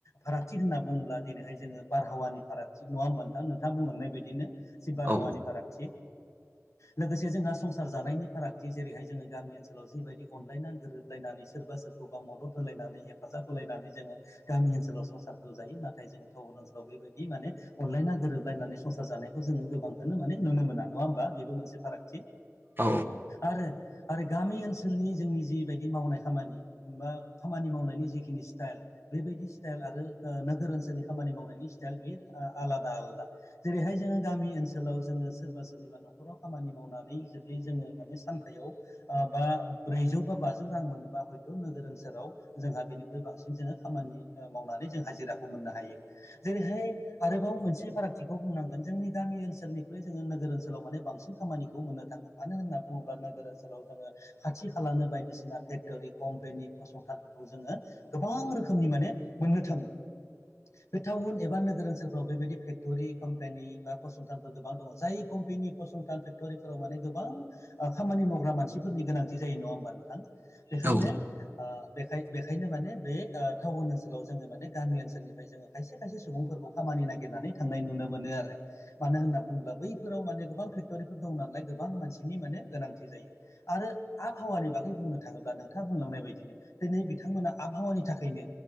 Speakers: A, on the left (about 65°); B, on the right (about 40°).
A: फारागथि होनना बुङोब्ला दिनैहाय जोङो बारहावानिाराग थि नङा होमबा नोंथां? नोंथाङा बुंलांनाय बायदिनो जि बारहावानि
B: औ
A: फारागथि।
B: <inaudible>
A: लोगोसे जोंहा संसार जानायनि फारागथि जेरैहाय जोङो गामि ओनसोलाव जिबायदि अनलायना गोरोबलायनानै सोरबा सोरखौबा मदद होलायनानै हेफाजाब होलायनानै जोङो गामि ओनसोलाव संसारखौ जायो नाथाय जों टाउन ओनसोलाव बेबायदि माने अनलायना गोरोबलायनानै संसार जानायखौ जोङो गोबांखौनो माने नुनो मोना नङा होमबा बेबो मोनसे फारागथि
B: औ
A: आरो आरो गामि ओनसोलनि जोंनि जिबायदि मावनाय खामानि बा खामानि मावनायनि जिखिनि स्टाइल बेबायदि स्टाइल आरो नोगोर ओनसोलनि खामानि मावनायनि स्टाइल बियो आलादा आलादा जेरैहाय जोंङो गामि ओनसोलाव जोङो सोरबा सोरनिबा न'खराव खामानि मावनानै जुदि जोंङो माने सानथायाव बा ब्रैजौ बा बाजौ रां मोनोबा हयथ नोगोर ओनसोलाव जोंहा बेनिख्रुइ बांसिन जोंङो खामानि मावनानै जों हाजिराखौ मोननो हायो जेरैहाय गोबाव मोनसे फारागथिखौ बुंनांगोन जोंनि गामि ओनसोलनिख्रुइ जोंङो नोगोर ओनसोलाव माने बांसिन खामानिखौ मोननो थांगोन मानो होनना बुंङोब्ला नोगोर ओनसोलाव जोंङो खाथि खालाानो बायदिसिना फेक्टरि कम्पेनि फसंथान जोंङो गोबां रोखोमनि माने मोननो थांङो बे टाउन एबा नोगोर फ्राव बेबायदि फेक्टरि कम्पानि बा फसंथानफोर गोबां दङ जाय कम्पेनि फसंथान फेक्ट'रिफोराव माने गोबां ओ खामानि मावग्रा मानसिफोरनि गोनांथि जायो नङा होमबा नोंथां बेखायनो
B: औ
A: ओ बेखाय बेखायनो माने बे टाउन ओनसोलाव जोङो माने गामि ओनसोलनिफ्राय जोङो खायसे खायसे सुबुंफोरखौ खामानि नागिरनानै थांनाय नुनो मोनो आरो मानो होनना बुङोब्ला बैफोराव माने गोबां फेक्ट'रिफोर दं नालाय गोबां मानसिनि माने गोनांथि जायो आरो आबहावानि बागै बुंनो थांङोब्ला नोंथाङा बुंलांनाय बायदिनो दिनै बिथांमोना आबहावानि थाखायनो